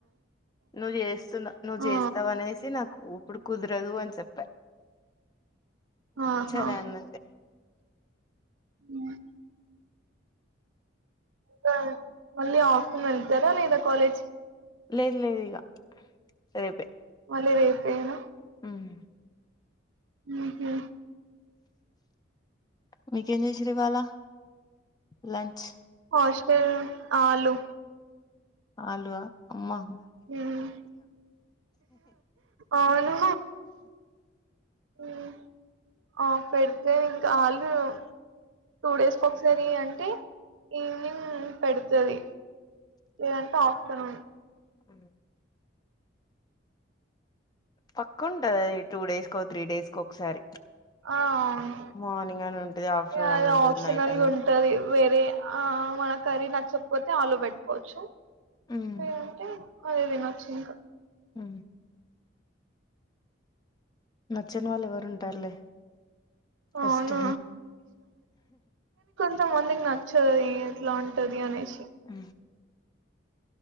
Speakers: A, on the left (about 20°); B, on the right (about 85°).
A: నువ్వు చేస్తున్నా నువ్వు
B: ఆ
A: చేస్తవ అనేసి నాకు ఇప్పుడు కుదరదు అన్ చెప్పా
B: ఆహా
A: సరే అన్న
B: హ్మ్ సరే మళ్ళీ ఆఫ్టర్నూన్ వెళ్తర లేదా కాలేజ్ కి
A: లేదు లేదు ఇగ రేపే
B: మళ్ళ రేపే న
A: ఉమ్.
B: హ్మ్ హు
A: మీకేం జేసిర్రు ఇవాళ లంచ్
B: హస్టల్ అలు
A: ఆల్వ అమ్మా
B: మ్ అవును మ్ ఆ పెడితే ఇంకా ఆళ్ళు టూ డేస్కొ ఒకసారి అంటే ఈవినింగ్ పెడుతది లేదంటే ఆఫ్టర్నూన్
A: అ పక్క ఉంటది ఈ టూ డేస్కో త్రీ డేస్కో ఒకసారి
B: ఆ అవును
A: మార్నింగ్ అని ఉంటది ఆఫ్టర్నూన్
B: అల
A: అని ఉంటది
B: ఆప్షనల్గా
A: నైట్ అని
B: ఉంటది వేరే ఆ మన కర్రీ నచ్చకపోతే ఆలు పెట్టుకోవచ్చు
A: ఉమ్
B: లేదంటే అది తినొచ్చు ఇంకా
A: ఉ నచ్చని వాళ్ళు ఎవరుంటారులే ఫస్ట్
B: అవును. త మందికి నచ్చది ఎట్లా ఉంటది అనేసి
A: ఉ